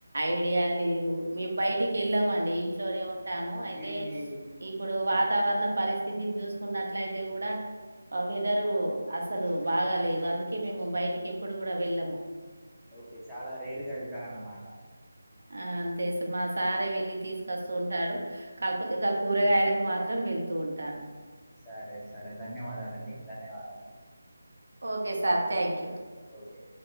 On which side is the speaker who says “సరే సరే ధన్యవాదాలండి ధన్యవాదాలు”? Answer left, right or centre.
Centre